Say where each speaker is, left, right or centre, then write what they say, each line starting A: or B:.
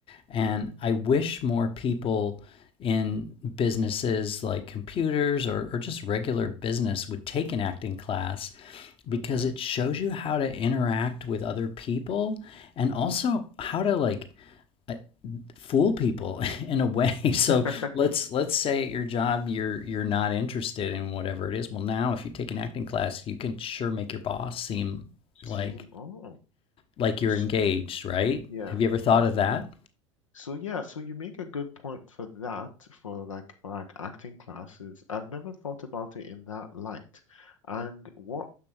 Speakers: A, on the left; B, on the left.
A: and
B: Mm-hmm.
A: i wish more people in businesses like computers or, or just regular business would take an acting class because
B: Okay.
A: it shows you how to interact with other people and also how to like uh, fool people <laughs> in a way <laughs> so
B: <laughs>
A: let's let's say at your job you're you're not interested in whatever it is well now if you take an acting class you can sure make your boss seem
B: Seem,
A: like
B: oh,
A: like you're
B: so
A: engaged right
B: yeah,
A: have you ever thought
B: yeah.
A: of that
B: So yeah, so you make a good point for that, for like for like acting classes. I've never thought about it in that light. And what